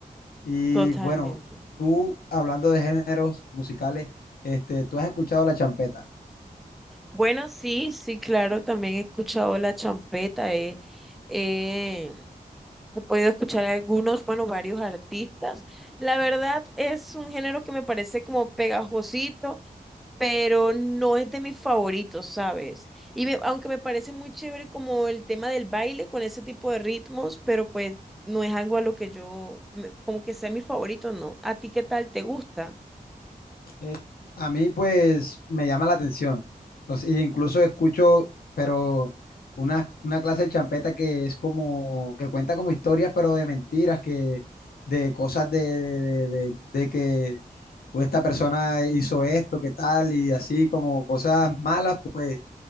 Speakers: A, on the left; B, in the centre.
A: Y
B: Totalmente.
A: bueno, tú hablando de géneros musicales, este, ¿tú has escuchado la champeta?
B: Bueno, sí, sí, claro, también he escuchado la champeta, he, he- he podido escuchar algunos, bueno, varios artistas. La verdad es un género que me parece como pegajosito, pero no es de mis favoritos, ¿sabes? Y me- aunque me parece muy chévere como el tema del baile con ese tipo de ritmos, pero pues no es algo a lo que yo, me- como que sea mi favorito, ¿no? ¿A ti qué tal te gusta?
A: Eh, a mí pues me llama la atención. O sea, incluso escucho, pero una, una clase de champeta que es como, que cuenta como historias, pero de mentiras, que de cosas de, de, de, de- de que pues, esta persona hizo esto, que tal, y así como cosas malas, pues,